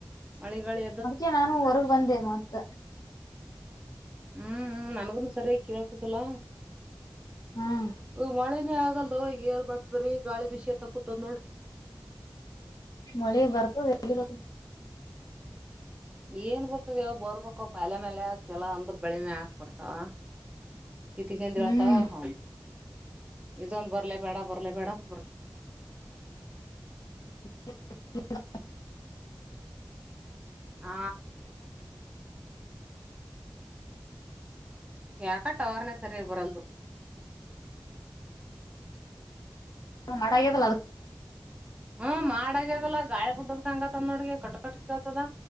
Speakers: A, on the right; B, on the left.
A: ಮಳಿ ಗಾಳಿ
B: ಅದಕ್ಕೆ ನಾನು ಹೊರಗ ಬಂದೆ ಮತ್ತ
A: ಹು ಹು ನನಗನು ಸರಿಯ ಕೇಳ್ತದಲ್ಲ <inaudible>
B: ಹ್ಮ್
A: ಹ ಮಳೆನೇ ಆಗಲ್ದವ ಏರ್ ಮತ್ತ್ ಬರಿ ಗಾಳಿ ಬಿಸಿಕೂತಕುಂತೇತಿ ನೋಡ
B: ಮಳೆ ಬರ್ತದೆ ಎಲ್ಲಿ
A: ಏನ್ ಬರ್ತದವ್ ಬೋರ್ಬೇಕ ಅವ ಮೇಲೆ ಚಲೋ ಅಂದ್ರ ಬೆಳಿಮೆ ಹಾಕ್ಬಡ್ತಾವ. ಕಿತಿ ಕಿಂದ
B: ಹ್ಮ್
A: ಹಳ್ತಾವ ಹ <inaudible> <inaudible> ಇದೊಂದು ಬರ್ಲೇ ಬೇಡ ಬರಲೇ ಬೇಡ ಅಂತ ಬರ್ತ
B: <unintelligible>
A: ಹಾ ಯಾಕ ಟವರ ನೇ ಸರಿಯಾಗಿ ಬರವಲ್ಲ್ದ
B: ಹು ಮಾಡ ಆಗೇತಿ ಅಲ್ಲ ಅದಕ್ಕ್
A: ಹ್ಮ್ ಮಾಡಗ್ಯದಲ್ಲ ಗಾಳಿ ಬಿಟ್ಟಿದ್ದಕ್ಕ್ ಹಂಗ್ತಾ ನೋಡಗ ಕಟ್ಟ ಕಟ್ಟ ಕೆಳತದ್.